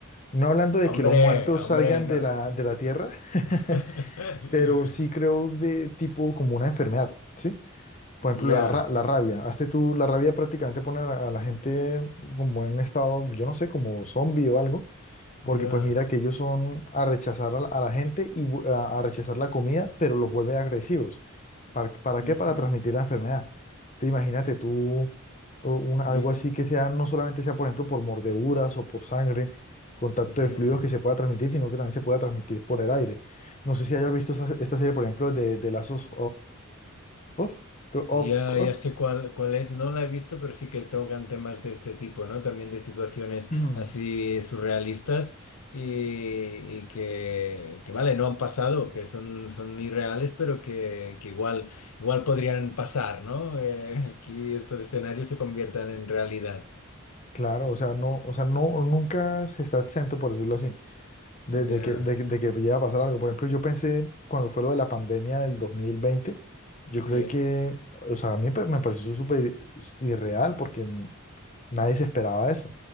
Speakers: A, on the left; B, on the left.
A: No hablando de
B: Hombre,
A: que los muertos
B: hombre,
A: salgan
B: no.
A: de la, de la tierra, <laughs>
B: <laughs>
A: pero sí creo de tipo como una enfermedad, ¿sí? Por ejemplo,
B: Ya,
A: la, ra- la rabia. Hazte tú, la rabia prácticamente pone a la, a la gente como en un estado, yo no sé, como zombie o algo. Porque
B: ya.
A: pues mira que ellos son a rechazar a la, a la gente y vu- a, a rechazar la comida, pero los vuelve agresivos. ¿Para, para
B: ujú,
A: qué? Para transmitir la enfermedad. Te imagínate tú o un- algo
B: bien,
A: así que sea, no solamente sea, por ejemplo, por mordeduras o por sangre, contacto
B: Ya.
A: de fluidos que se pueda transmitir, sino que también se pueda transmitir por el aire. No sé si hayas visto esa- esta serie, por ejemplo, de, de Last of Of, of
B: Ya,
A: Us.
B: ya sé cuál, cuál es, no la he visto, pero sí que tocan temas de este tipo, ¿no? También de situaciones
A: <clears throat>
B: así surrealistas y, y que, que, vale, no han pasado, que son, son irreales, pero que, que igual, igual podrían pasar, ¿no? Eh, aquí estos escenarios se conviertan en realidad.
A: Claro, o sea, no, o sea, no, nunca se está exento, por decirlo así. de,
B: Ya,
A: de que, de, que de que llega a pasar algo. Por ejemplo, yo pensé cuando fue lo de la pandemia del 2020, yo creo
B: sí.
A: que, o sea, a mí pa- me pareció súper irreal porque n- nadie se esperaba eso.